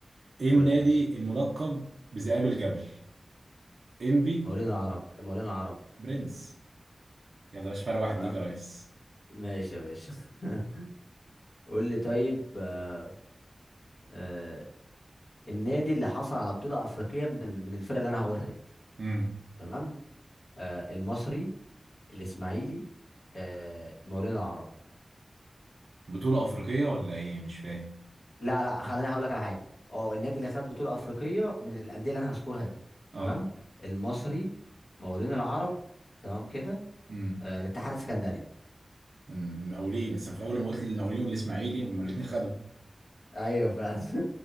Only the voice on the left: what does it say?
قول
لي ماشي
مولين العرب مولين العرب
تمام
ماشي يا باشا <laughs> قول لي طيب آه آه النادي اللي حصل على بطولة أفريقية من ال- من الفرق اللي أنا هقولها دي
تمام آه المصري الإسماعيلي آه مقاولين العرب
لا لا خليني هقول لك على حاجة اه النادي اللي خد بطولة أفريقية من الأندية اللي أنا هذكرها دي
تمام المصري مقاولين العرب تمام كده
آه الاتحاد السكندري
أيوه فعلا